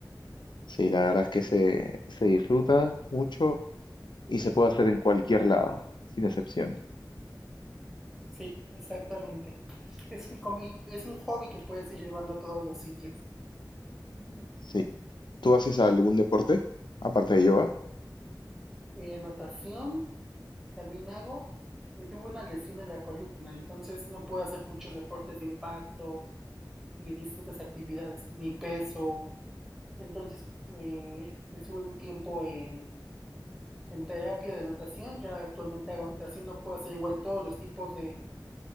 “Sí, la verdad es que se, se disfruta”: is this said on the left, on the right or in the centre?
Left